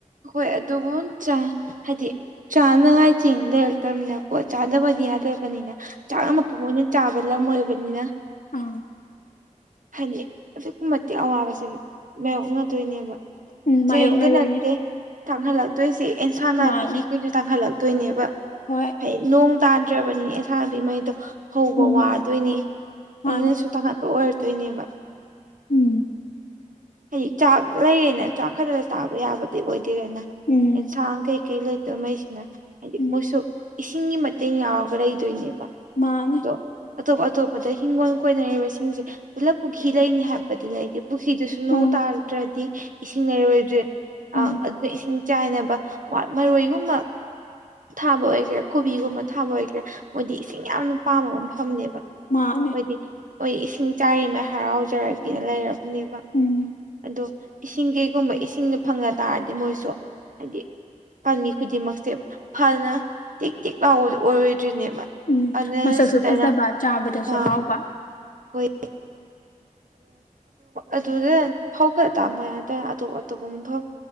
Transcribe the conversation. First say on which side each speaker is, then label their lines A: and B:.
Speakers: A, on the right; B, on the left.
A: ꯍꯣꯏ ꯑꯗꯨꯕꯨ ꯍꯥꯏꯗꯤ ꯆꯥꯅꯉꯥꯏ ꯆꯤꯡ ꯂꯩꯔꯛꯇꯅꯤꯅꯀꯣ ꯆꯥꯗꯕꯗꯤ ꯌꯥꯗꯕꯅꯤꯅ ꯆꯥꯛ ꯑꯃ ꯄꯨꯡ ꯑꯣꯏꯅ ꯆꯥꯕ ꯂ ꯃꯣꯏꯕꯅꯤꯅ
B: ꯎꯝ
A: ꯍꯥꯏꯗꯤ ꯑꯗꯨꯛꯀꯤ ꯃꯇꯤꯛ ꯑꯋꯥꯕꯁꯤꯦ ꯃꯥꯏꯌꯣꯛꯅꯗꯣꯏꯅꯦꯕ
B: ꯎꯝ ꯃꯥꯌꯣꯛꯅꯗꯣꯏꯅꯦ
A: ꯆ‌ꯦꯡꯒꯤ ꯅꯠꯇꯦ ꯇꯥꯡꯍꯜꯂꯛꯇꯣꯏꯁꯦ ꯑꯦꯟꯁꯥ ꯅꯥꯄꯤꯛ
B: ꯃꯥꯅꯦ
A: ꯀꯩ ꯀꯩꯁꯨ ꯇꯥꯡꯍꯜꯂꯛꯇꯣꯏꯅꯦꯕ
B: ꯍꯣꯏ
A: ꯍꯥꯏꯗꯤ ꯅꯣꯡ ꯇꯥꯗ꯭ꯔꯕꯅꯤꯅꯦ ꯑꯦꯟꯁꯥꯟꯅꯅꯥꯄꯤꯉꯩꯗꯣ ꯍꯧꯕ
B: ꯎꯝ
A: ꯋꯥꯗꯣꯏꯅꯦ
B: ꯃꯥꯅꯦ
A: ꯑꯗꯨꯅꯁꯨ ꯇꯥꯡꯍ ꯑꯣꯏꯔꯛꯇꯣꯏꯅꯦꯕ
B: ꯎꯝ
A: ꯍꯥꯏꯗꯤ ꯆꯥꯛ ꯂꯩꯔꯦꯅ ꯆꯥꯛ ꯈꯛꯇꯅ ꯆꯥꯕ ꯌꯥꯕꯗꯤ ꯑꯣꯏꯗꯦꯗꯅ
B: ꯎꯝ
A: ꯑꯦꯟꯁꯥꯡ ꯀꯩꯩ ꯀꯩ ꯂꯩꯗꯣꯏꯉꯩꯁꯤꯅ ꯍꯥꯏꯗꯤ
B: ꯎꯝ
A: ꯃꯣꯏꯁꯨ ꯏꯁꯤꯡꯒꯤ ꯃꯇꯦꯡ ꯌꯥꯎꯔꯒ ꯂꯩꯗꯣꯏꯅꯦꯕ
B: ꯃꯥꯡ
A: ꯑꯗꯣ ꯑꯇꯣꯞ ꯑꯇꯣꯞꯄꯗ ꯍꯤꯡꯒꯣꯜ ꯀꯣꯏꯅꯔꯤꯕꯁꯤꯡꯁꯦ ꯄꯨꯂꯞ ꯄꯨꯈ꯭ꯔꯤ ꯂꯩꯅꯤ ꯍꯥꯏꯕꯗꯨꯅ ꯑꯩꯗꯤ ꯄꯨꯈ꯭ꯔꯤꯗꯨꯁꯨ ꯅꯣꯡ
B: ꯎꯝ
A: ꯇꯥꯔꯛꯇ꯭ꯔꯗꯤ ꯏꯁꯤꯡ ꯂꯩꯔꯣꯏꯗ꯭ꯔꯦ ꯑꯪ
B: ꯎꯝ
A: ꯑꯗꯨꯅ ꯏꯁꯤꯡ ꯆꯥꯏꯅꯕ ꯃꯔꯣꯏꯒꯨꯝꯕ ꯊꯥꯕ ꯑꯣꯏꯒꯦꯔꯥ ꯀꯣꯕꯤꯒꯨꯝꯕ ꯊꯥꯕ ꯑꯣꯏꯒꯦꯔꯥ ꯃꯣꯏꯗꯤ ꯏꯁꯤꯡ ꯌꯥꯝꯅ ꯄꯥꯝꯃꯕ ꯃꯐꯝꯅꯦꯕ ꯑꯣꯏꯣꯏꯗꯤ
B: ꯃꯥꯅꯦ
A: ꯍꯣꯏ ꯏꯁꯤꯡ ꯆꯥꯏꯔꯤꯉꯩ ꯍꯔꯥꯎꯖꯔꯒꯦꯅ ꯂꯩꯔꯕꯅꯦꯕ
B: ꯎꯝ
A: ꯑꯗ ꯏꯁꯤꯡ ꯀꯩꯒꯨꯝꯕ ꯏꯁꯤꯡꯅ ꯐꯪꯉ ꯇꯥꯔꯗꯤ ꯃꯣꯏꯁꯨ ꯍꯥꯏꯗꯤ ꯄꯥꯝꯕꯤ ꯈꯨꯗꯤꯡꯃꯛꯁꯦ ꯐꯅ ꯇꯦꯛ ꯇꯦꯛ ꯂꯥꯎꯕꯗ ꯑꯣꯏꯔꯣꯏ ꯇ꯭ꯔꯤꯅꯦꯃ
B: ꯎꯝ
A: ꯑꯗꯨꯅ
B: ꯃꯁꯛꯁꯨ
A: ꯁꯟꯇꯔꯅ
B: ꯐꯖꯕ ꯆꯥꯕꯗꯁꯨ
A: ꯑ
B: ꯍꯥꯎꯕ
A: ꯍꯣꯏ ꯑꯗꯨꯗ ꯐꯧ ꯈꯔ ꯇꯥꯕ ꯌꯥꯇꯥꯔꯦ ꯑꯇꯣꯞ ꯑꯇꯣꯞꯄ ꯃꯐꯝ